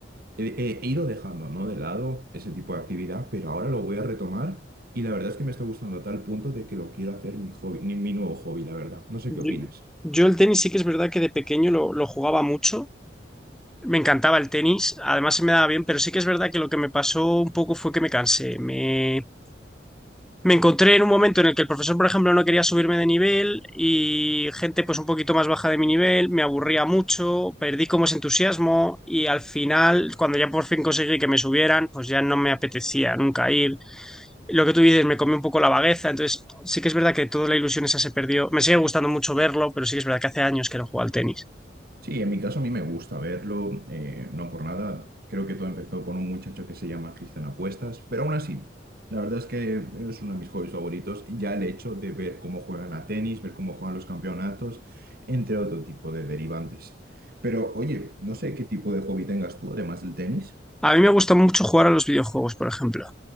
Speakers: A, on the right; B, in the centre.
A: he, he- he ido dejando, ¿no? de lado ese tipo de actividad, pero ahora lo voy a retomar y la verdad es que me está gustando a tal punto de que lo quiero hacer mi hobby, mi mi nuevo hobby, la verdad. No sé qué opinas.
B: Yo, yo el tenis sí que es verdad que de pequeño lo, lo jugaba mucho. Me encantaba el tenis, además se me daba bien, pero sí que es verdad que lo que me pasó un poco fue que me cansé. Me, me encontré en un momento en el que el profesor, por ejemplo, no quería subirme de nivel y gente pues un poquito más baja de mi nivel, me aburría mucho, perdí como ese entusiasmo y al final, cuando ya por fin conseguí que me subieran, pues ya no me apetecía nunca ir. Lo que tú dices, me comió un poco la vagueza, entonces sí que es verdad que toda la ilusión esa se perdió. Me sigue gustando mucho verlo, pero sí que es verdad que hace años que no juego al tenis.
A: Sí, en mi caso a mí me gusta verlo, eh, no por nada. Creo que todo empezó con un muchacho que se llama Cristian Apuestas, pero aún así, la verdad es que es uno de mis hobbies favoritos. Ya el hecho de ver cómo juegan a tenis, ver cómo juegan los campeonatos, entre otro tipo de derivantes. Pero oye, no sé qué tipo de hobby tengas tú, además del tenis.
B: A mí me gusta mucho jugar a los videojuegos, por ejemplo.